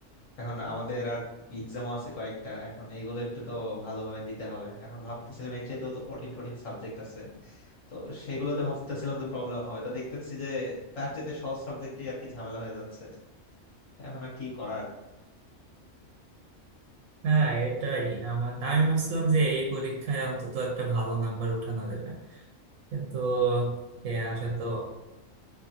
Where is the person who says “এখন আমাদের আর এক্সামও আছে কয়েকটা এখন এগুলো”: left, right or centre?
Left